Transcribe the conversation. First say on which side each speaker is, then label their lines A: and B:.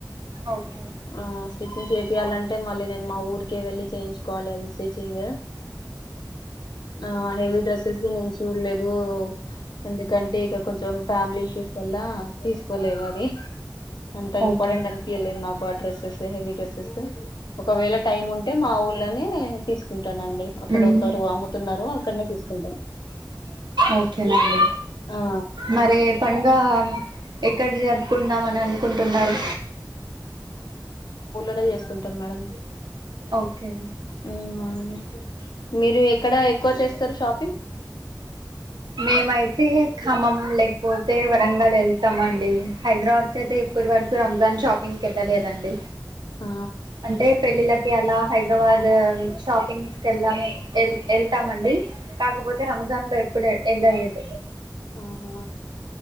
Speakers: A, on the right; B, on the left.
A: ఓకే
B: ఆ స్టిచ్చింగ్ చేపియాలంటే మళ్ళీ నేన్ మా ఊరికి వెళ్ళి చేయించుకోవాలి స్టిచ్చింగ్ ఆ హెవీ డ్రెస్సెస్ చూడలేదు ఎందుకంటే ఇగ కొంచెం ఫ్యామిలీ ఇష్యూస్ వల్ల తీసుకోలేదు అది అంత
A: ఓకేనండి
B: ఇంపార్టెంట్
A: ఓకే
B: అనిపియలేద్ నాకు ఆ డ్రెస్ హెవీ డ్రెస్సెస్ ఒకవేళ టైం ఉం అంటే మా ఊళ్ళనే తీసుకుంటానండి అక్కడొ
A: మ్మ్.
B: ఒకరు అమ్ముతున్నారు అక్కడనే తీసుకుంటాం
A: ఓకేనండి
B: ఆ
A: మరి పండుగ ఎక్కడ జరుపుకుందామని అనుకుంటున్నారు
B: నే చేసుకుంటాం మేడం
A: ఓకే
B: హ్మ్ మీరు ఎ ఎక్కడ ఎక్కువ చేస్తారు షాపింగ్
A: మేమయితే ఖమ్మం లేకపో తే వరంగల్ ఎళ్తామండి, హైదరాబాద్కి అయితే ఇప్పటి వరకు రంజాన్ షాపింగ్కి వెళ్ళలేదండి.
B: ఆ
A: అంటే పెళ్ళిళ్లకి అలా హైదరాబాద్ షాపింగ్స్ కెల్తం కలానూ వెళ్తామండి కాకపోతే రంజాన్ లో ఎప్పుడు ఎళ్ళలేదు
B: ఆహా